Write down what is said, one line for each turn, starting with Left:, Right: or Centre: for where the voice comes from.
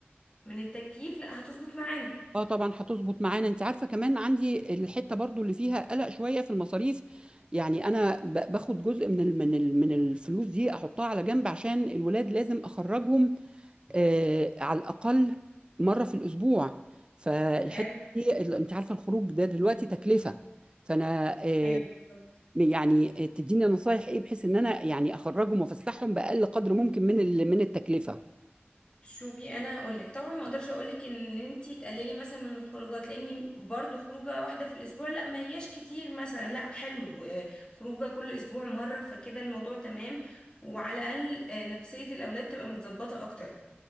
Left: من التكييف لا هتظبط معانا
Right: اه طبعا هتظبط معانا انت عارفه كمان عندي الحته برضو اللي فيها قلق شويه في المصاريف يعني انا ب- باخد جزء من ال- من ال- من الفلوس دي احطها على جنب عشان الولاد لازم اخرجهم آه على الاقل مره في الاسبوع فالحته
Left: حلو
Right: دي ال- انت عارفه الخروج ده دلوقتي تكلفه فانا آه
Left: ايوه بالظبط
Right: يعني آه، تديني نصايح ايه بحيث ان انا يعني اخرجهم وافسحهم باقل قدر ممكن من ال- من التكلفه
Left: شوفي انا هقولك طبعا ما اقدرش اقولك ان انتي تقللي مثلا من الخروجات لان برضو خروجه واحده في الاسبوع لا ما هياش كتير مثلا لا حلو آه، خروجه كل اسبوع مره فكده الموضوع تمام وعلى الاقل آه، نفسيه الاولاد تبقى متظبطه اكتر